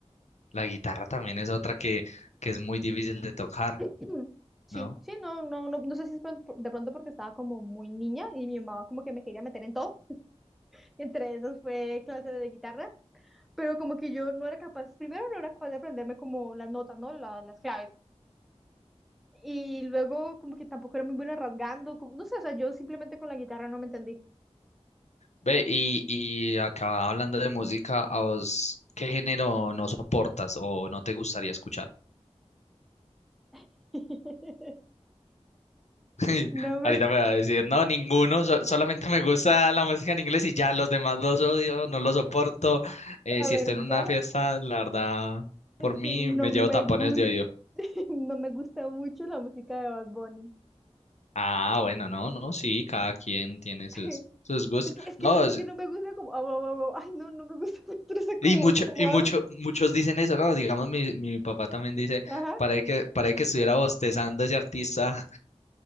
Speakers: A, on the left; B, in the centre.
A: La guitarra también es otra que, que es muy difícil de tocar,
B: Mm, Sí,
A: ¿no?
B: sí, no, no, no, no sé si es por- por- de pronto porque estaba como muy niña y mi mamá como que me quería meter en todo. <laughs> Entre esos fue clase de guitarra. pero como que yo no era capaz, primero no era capaz de aprenderme como las notas, ¿no? La- las claves. Y luego como que tampoco era muy buena rasgando, como- no sé, o sea, yo simplemente con la guitarra no me entendí.
A: Ve, y, y acá hablando de música, ¿a vos qué género no soportas o no te gustaría escuchar?
B: <laughs>
A: <laughs>
B: No me,
A: Ahorita me va a decir, no, ninguno, so- solamente me gusta la música en inglés y ya los demás los odio, no los soporto. Eh,
B: la
A: si
B: verdad
A: estoy en una fiesta, la verdad,
B: es
A: por mí
B: que no
A: me
B: me
A: llevo tapones
B: gusta,
A: de oído.
B: <laughs> no me gusta mucho la música de Bad Bunny.
A: Ah, bueno, no, no, sí, cada quien tiene sus,
B: <laughs>
A: sus gustos.
B: Es que, es que,
A: No,
B: es
A: es-
B: que no me gusta como, au, au, au, au. ay, no, no me gusta, <laughs> me estresa
A: y
B: como,
A: mucho,
B: como
A: y
B: habla.
A: mucho, muchos dicen eso, ¿no? Digamos, mi, mi papá también dice,
B: Ajá.
A: parece que, parece que estuviera bostezando ese artista.